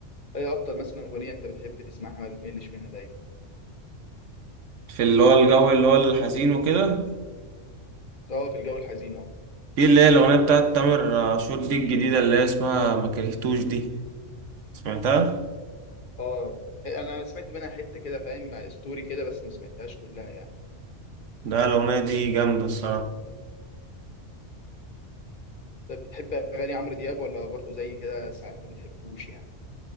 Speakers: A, on the left; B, on the right.
A: ايه افضل مثلا اغنيه انت بتحب تسمعها ما بتملش منها دايما
B: في اللي هو الجو اللي هو الحزين وكده
A: اه في الجو الحزين اه
B: في اللي هي الاغنيه بتاعت تامر عاشور دي الجديده اللي هي اسمها ما كرهتوش دي سمعتها
A: اه انا سمعت منها حته كده فاهم مع ستوري كده بس ما سمعتهاش كلها يعني
B: ده الاغنيه دي جامده الصراحه
A: طيب بتحب اغاني عمرو دياب ولا برضه زي كده ساعات ما بتحبوش يعني